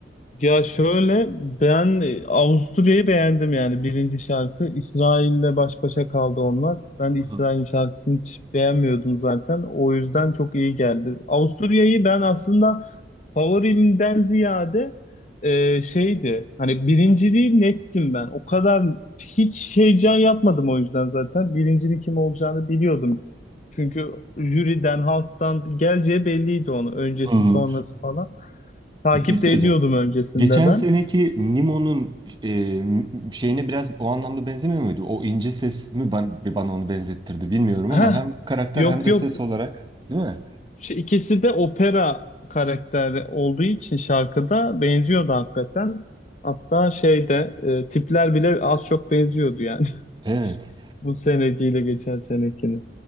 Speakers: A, on the left; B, on the right.
A: Ya şöyle ben e, Avusturya'yı beğendim yani birinci şarkı. İsrail'le baş başa kaldı onlar. Ben İsrail'in
B: Hı hı.
A: şarkısını hiç beğenmiyordum zaten. O yüzden çok iyi geldi. Avusturya'yı ben aslında favorimden ziyade e, şeydi. Hani birinciliği nettim ben. O kadar hiç heyecan yapmadım o yüzden zaten. Birincinin kim olacağını biliyordum. Çünkü jüriden, halktan geleceği belliydi onu. Öncesi,
B: Hı hı.
A: sonrası falan. Takip
B: Bir şey söyleyeceğim.
A: de ediyordum öncesinde
B: Geçen
A: ben.
B: seneki Nemo'nun e, şeyine biraz o anlamda benzemiyor muydu? O ince ses mi ban- bana onu benzettirdi bilmiyorum
A: Heh,
B: ama hem karakter
A: yok
B: hem de
A: yok.
B: ses olarak değil mi?
A: Şu ikisi de opera karakteri olduğu için şarkıda benziyordu hakikaten. Hatta şeyde e, tipler bile az çok benziyordu yani.
B: Evet.
A: <laughs> Bu senekiyle geçen senekini.